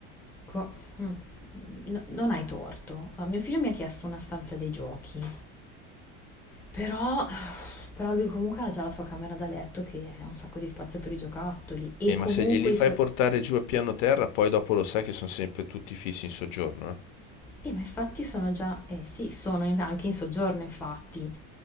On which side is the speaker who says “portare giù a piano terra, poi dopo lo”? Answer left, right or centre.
Left